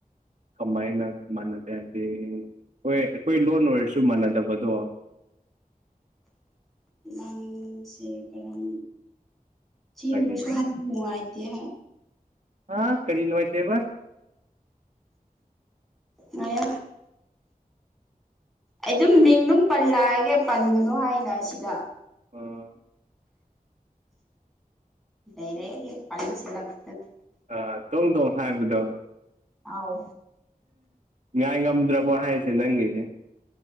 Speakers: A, on the right; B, in the centre.
A: ꯀꯃꯥꯏ ꯅ ꯀ ꯃꯥꯅ ꯇꯗꯤ ꯍꯣꯏ ꯑꯩꯈꯣꯏ ꯂꯣꯟ ꯑꯣꯏꯔꯁꯨ ꯃꯥꯟꯅꯗꯕꯗꯣ
B: ꯥꯡꯁꯦ ꯀꯔꯝ ꯁꯦꯝꯕꯁꯨ
A: ꯀꯔꯤ
B: ꯌꯥꯝ ꯅꯨꯡꯉꯥꯏ ꯗ
A: ꯍꯥꯥ ꯀꯔꯤ ꯅꯨꯅꯨꯡꯉꯥꯏꯇꯦꯕ
B: ꯃ ꯑꯩ ꯑꯗꯨꯝ ꯃꯤꯡ ꯑꯗꯨꯝ ꯄꯜꯂꯛꯑꯒꯦ ꯄꯟꯒꯅꯨ ꯍꯥꯏꯅ ꯁꯤꯗ
A: ꯑꯣ
B: ꯗꯤꯔꯦꯛ ꯍꯦꯛ ꯄꯁꯤꯂꯒ
A: ꯑ ꯇꯣꯡ ꯇꯣꯡ ꯊꯥꯏꯕꯗꯣ
B: ꯑꯥꯎ
A: ꯉꯥꯏ ꯉꯝꯗ꯭ꯔꯕꯣ ꯍꯥꯏꯁꯦ ꯅꯪꯉꯁꯦ